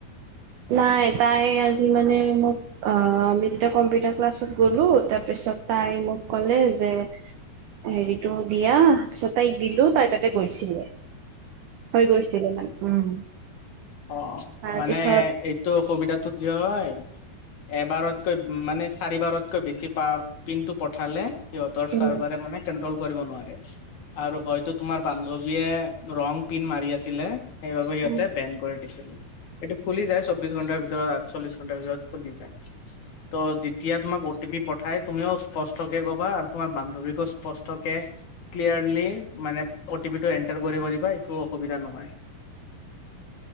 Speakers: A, on the right; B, on the left.
A: নাই তাই আজি মানে মোক অঁ এয়া কম্পিউটাৰ ক্লাছত গ'লো তাৰপিছত তাই মোক ক'লে যে, হেৰিটো দিয়া পিছত তাইক দিলো তাই তাতে গৈছিলে হৈ গৈছিলে মানে, উম।
B: অঁ
A: তাৰপিছত
B: মানে এইটো অসুবিধাতো কি হয় এবাৰতকৈ উ মানে চাৰিবাৰতকৈ বেছি পাৱাৰ পিনটো পঠালে সিহঁতৰ
A: উম
B: চাৰ্ভাৰে মানে কৰিব নোৱাৰে আৰু হয়তো তোমাৰ বান্ধৱীয়ে ৰং পিন মাৰি আছিলে সেইবাবে সিহঁতে
A: উম
B: বেন কৰি এইটো খুলি যায় চৌবিশ ঘন্টাৰ ভিতৰত আঠচল্লিশ ঘন্টাৰ ভিতৰত খুলি যায়। ত' যেতিয়া তোমাক অ টি পি প পঠাই তুমিও স্পষ্টকে কবা আৰু তোমাৰ বান্ধৱীকো স্পষ্টকে ক্লিয়াৰলি, মানে অ' টি পিটো এণ্টাৰ কৰিব দিবা একো অসুবিধা নহয়।